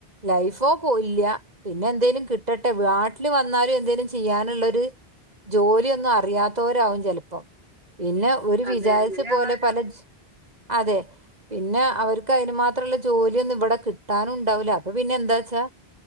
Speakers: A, on the right (about 40°); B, on the right (about 65°).
A: ലൈഫോ പോയില്ല പിന്നെ എന്തേലും കിട്ടട്ടെ നാട്ടില് വന്നാലും എന്തേലും ചെയ്യാനുള്ളൊരു ജോലിയൊന്നും അറിയാത്തവരാവും ചിലപ്പോ പിന്നെ ഓര്
B: അതെ
A: വിചാരിച്ച
B: അതെ അങ്ങനെയുള്ളവരുണ്ട്
A: പോലെ പല അതെ പിന്നെ അവർക്ക് അതിന് മാത്രമുള്ള ജോലിയൊന്നും ഇവിടെ കിട്ടാനും ഉണ്ടാവൂല അപ്പൊ പിന്നെ എന്താച്ചാ